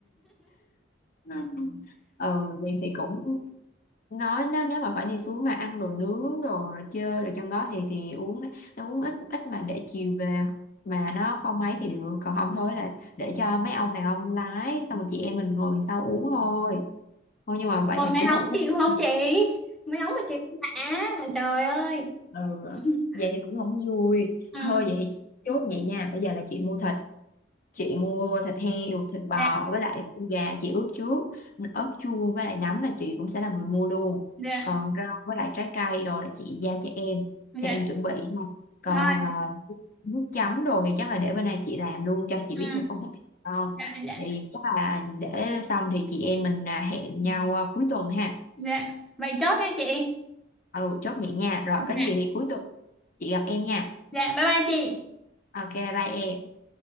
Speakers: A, on the left; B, in the centre.
A: Ừ. ờ vậy thì cũng nói nếu nếu mà phải đi xuống mà ăn đồ nướng đồ rồi chơi rồi trong đó thì thì uống nó uống ít ít mà để chiều về mà nó không mấy thì được còn không thôi là để cho mấy ông đàn ông lái xong rồi chị em mình ngồi sau uống thôi thôi nhưng mà vậy
B: rồi
A: thì
B: mấy
A: cũng
B: ống
A: không không-
B: chịu không chị mấy ống mà chịu đã trời ơi
A: ừ.
B: <laughs>
A: vậy thì cũng không vui
B: ừ
A: thôi vậy thì chốt vậy nha bây giờ là chị mua thịt chị mua thịt heo thịt bò
B: dạ
A: với lại con gà chị ướp trước ớt chuông với lại nấm là chị cũng sẽ là người mua luôn
B: dạ
A: còn rau với lại trái cây đồ là chị giao cho em
B: dạ
A: thì em chuẩn bị ha còn
B: thôi
A: à, nước chấm đồ thì chắc là để bên này chị làm luôn cho chị
B: ừ
A: biết một công thức ngon
B: dạ dạ
A: thì chắc là để xong thì chị em mình à, hẹn nhau à, cuối tuần ha
B: dạ vậy chốt đi chị
A: ừ chốt vậy nha rồi
B: dạ
A: có gì thì cuối tuần chị gặp em nha
B: dạ bye bye chị
A: ok bye em